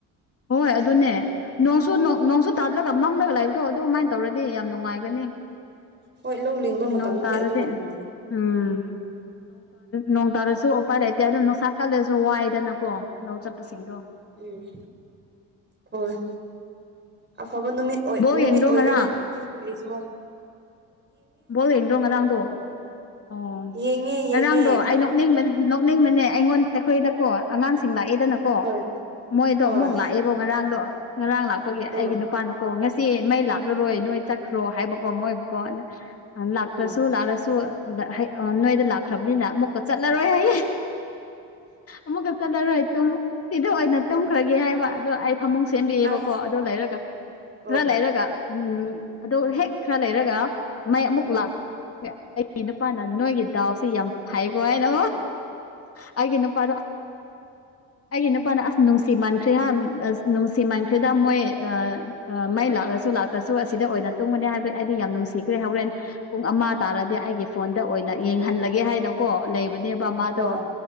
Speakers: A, on the left; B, on the right.
A: ꯍꯣꯏ ꯑꯗꯨꯅꯦ ꯅꯣꯡꯁꯨ ꯅꯣꯡꯁꯨ ꯇꯥꯗ꯭ꯔꯒ ꯃꯝꯂꯒ ꯂꯥꯛꯏꯕꯗꯣ ꯑꯗꯨꯃꯥꯏꯅ ꯇꯧꯔꯗꯤ ꯌꯥꯝ ꯅꯨꯡꯉꯥꯏꯒꯅꯤ
B: ꯍꯣꯏ ꯂꯧ ꯂꯤꯡꯕ ꯃꯇꯝꯗꯗꯤ
A: ꯅꯣꯡ ꯇꯥꯔꯗꯤ
B: ꯑꯗꯨꯅ ꯐꯪꯉꯕꯅꯤ
A: ꯎꯝ ꯅꯣꯡ ꯇꯥꯔꯁꯨ ꯎꯄꯥꯏ ꯂꯩꯇꯦ ꯑꯗꯨꯗꯣ ꯅꯨꯡꯁꯥ ꯀꯜꯂꯁꯨ ꯋꯥꯏꯗꯅꯀꯣ ꯂꯧ ꯆꯠꯄꯁꯤꯡꯗꯣ
B: ꯎꯝ ꯍꯣꯏ ꯑꯐꯕ ꯅꯨꯃꯤꯠ
A: ꯕꯣꯜ
B: ꯅꯨꯃꯤꯠ
A: ꯌꯦꯡꯗ꯭ꯔꯣ
B: ꯑꯣꯏꯒꯅꯤ
A: ꯉꯔꯥꯡ
B: ꯀꯁꯨ
A: ꯕꯣ ꯌꯦꯡꯗ꯭ꯔꯣ ꯉꯔꯥꯡꯗꯣ ꯑꯣ
B: ꯌꯦꯡꯉꯦ
A: ꯉꯔꯥꯡꯗꯣ
B: ꯌꯦꯡꯉꯦ
A: ꯑꯩꯅ ꯅꯣꯛꯅꯤꯡꯕꯅꯦ ꯅꯣꯛꯅꯤꯡꯕꯅꯦ ꯑꯩꯉꯣꯟ ꯑꯩꯈꯣꯏꯗꯀꯣ ꯑꯉꯥꯡꯁꯤꯡ ꯂꯥꯛꯑꯦꯗꯅ ꯀꯣ
B: ꯍꯣꯏ
A: ꯃꯣꯏꯗꯣ
B: ꯍꯣꯏ
A: ꯑꯃꯨꯛ ꯂꯥꯛꯑꯦꯕꯣ ꯉꯔꯥꯡꯗꯣ ꯉꯔꯥꯡ ꯂꯥꯛꯄꯒꯤ
B: ꯎꯝ
A: ꯑꯩꯒꯤ ꯅꯨꯄꯥꯅꯀꯣ ꯉꯁꯤ ꯁꯤ ꯃꯩ ꯂꯥꯛꯂꯔꯣꯏ ꯅꯣꯏ ꯆꯠꯈ꯭ꯔꯣ ꯍꯥꯏꯕꯀꯣ ꯃꯣꯏꯕꯨꯀꯣ ꯑꯗ ꯂꯥꯛꯇ꯭ꯔꯁꯨ
B: ꯎꯝ
A: ꯂꯥꯛꯂꯁꯨ ꯅꯣꯏꯗ ꯂꯥꯛꯈ꯭ꯔꯕꯅꯤꯅ ꯑꯃꯨꯛꯀ ꯆꯠꯂꯔꯣꯏ ꯍꯥꯏꯌꯦ ꯑꯃꯨꯛꯀ ꯆꯠꯂꯔꯣꯏ ꯇꯨꯝ ꯁꯤꯗ ꯑꯣꯏꯅ ꯇꯨꯝꯈ꯭ꯔꯒꯦ ꯍꯥꯏꯕ ꯑꯗꯣ ꯐꯃꯨꯡ ꯁꯦꯝꯕꯤꯌꯦꯕꯀꯣ
B: ꯑꯁ
A: ꯑꯗꯨ ꯂꯩꯔꯒ
B: ꯍꯣꯏ
A: ꯈꯔ ꯂꯩꯔꯒ ꯎꯝ ꯑꯗꯣ ꯍꯦꯛ ꯈꯔ ꯂꯩꯔꯒ ꯃꯩ ꯑꯃꯨꯛ ꯂꯥꯛꯄꯦ ꯑꯩꯒꯤ ꯅꯨꯄꯥꯅ ꯅꯣꯏꯒꯤ ꯗꯥꯎꯁꯤ ꯌꯥꯝ ꯐꯩꯀꯣ ꯍꯥꯏꯅꯣ ꯍꯥꯏꯦꯅ ꯄ ꯑꯩꯒꯤ ꯅꯨꯄꯥꯅ ꯑꯁ ꯅꯨꯡꯁꯤ ꯃꯥꯟꯈ꯭ꯔꯦꯍ ꯑꯁ ꯅꯨꯡꯁꯤ ꯃꯟꯈ꯭ꯔꯦꯗ ꯃꯣꯏ ꯑ ꯃꯩ ꯂꯥꯛꯂꯁꯨ ꯂꯥꯛꯇ꯭ꯔꯁꯨ ꯑꯁꯤꯗ ꯑꯣꯏꯅ ꯇꯨꯝꯒꯅꯤ ꯍꯥꯏꯕ ꯑꯩꯗꯤ ꯌꯥꯝ ꯅꯨꯡꯁꯤ ꯁꯤꯈ꯭ꯔꯦ ꯍꯣꯔꯦꯟ ꯄꯨꯡ ꯑꯃ ꯇꯥꯔꯗꯤ ꯑꯩꯒꯤ ꯐꯣꯟꯗ ꯑꯣꯏꯅ ꯌꯦꯡꯍꯜꯂꯒꯦ ꯍꯥꯏꯅ ꯀꯣ ꯂꯩꯕꯅꯦꯕ ꯃꯥꯗꯣ
B: ꯍꯣꯏ